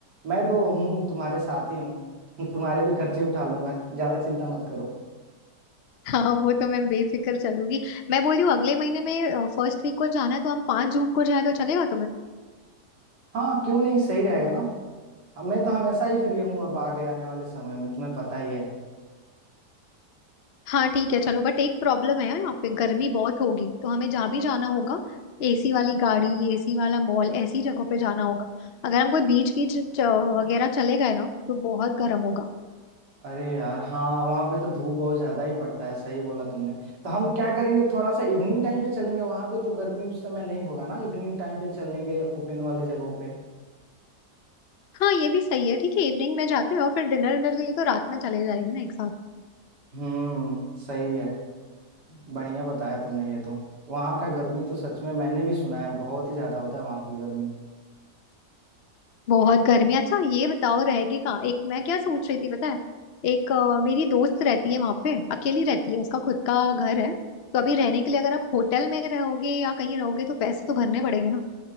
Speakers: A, on the right; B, on the left.
A: मैं तो हूँ तुम्हारे साथ ही हूँ <laughs> तुम्हारे भी खर्चे उठा लूंगा ज्यादा चिंता मत करो
B: <laughs> हाँ वो तो मैं बेफिक्र चलूंगी मैं बोल रही हूँ अगले महीने में फर्स्ट वीक को जाना है तो हम पाँच जून को जाए तो चलेगा
A: हाँ क्यों नहीं सही रहेगा ना अब मैं तो हमेशा ही फ्री हूँ अब आगे आने वाले समय में तुम्हें पता ही है
B: हाँ ठीक है चलो बट एक प्रॉब्लम है यार, यहाँ पे गर्मी बहुत होगी तो हमें जहाँ भी जाना होगा एसी वाली गाड़ी एसी वाला मॉल ऐसी जगहों पे जाना होगा अगर हम कोई बीच बीच च- वगैरह चले गए ना तो बहुत गर्म होगा
A: अरे यार हाँ वहां पे तो धूप बहुत ज्यादा ही पड़ता है सही बोला तुमने तो हम क्या करेंगे थोड़ा सा इवनिंग टाइम पे चलेंगे वहां पे तो गर्मी उस समय नहीं होगा ना इवनिंग टाइम पे चलेंगे ओपन वाले जगहों पे
B: हाँ ये भी सही है ठीक है इवनिंग में जाते हैं और फिर डिनर डिनर के लिए तो रात में चले जाएंगे ना एक साथ
A: हम्म सही है बढ़िया बताया तुमने ये तो वहाँ का गर्मी तो सच में मैंने भी सुना है बहुत ही ज्यादा होता है वहाँ की गर्मी
B: बहुत गर्मी है। अच्छा ये बताओ रहेगी कहाँ एक मैं क्या सोच रही थी पता है एक अ, मेरी दोस्त रहती है वहां पे अकेली रहती है उसका खुद का घर है तो अभी रहने के लिए अगर आप होटल में रहोगे या कहीं रहोगे तो पैसे तो भरने पड़ेंगे ना